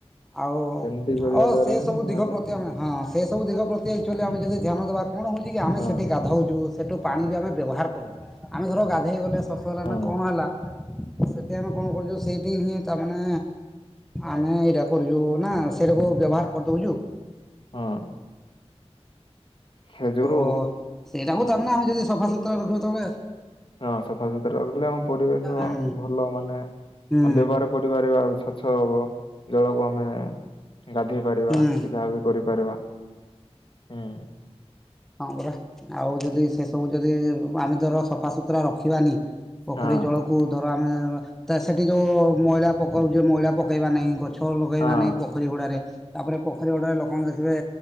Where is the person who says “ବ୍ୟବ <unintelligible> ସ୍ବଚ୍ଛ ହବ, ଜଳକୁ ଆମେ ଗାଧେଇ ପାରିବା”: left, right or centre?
Left